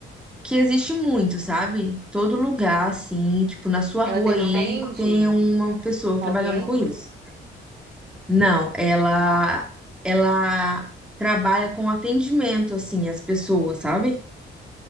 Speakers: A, in the centre; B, on the right.
A: que existe muito, sabe? Todo lugar, assim, tipo, na sua
B: Ela
A: rua
B: defende
A: aí tem uma pessoa trabalhando
B: alguém?
A: com isso. Não, ela, ela trabalha com atendimento, assim, às pessoas, sabe?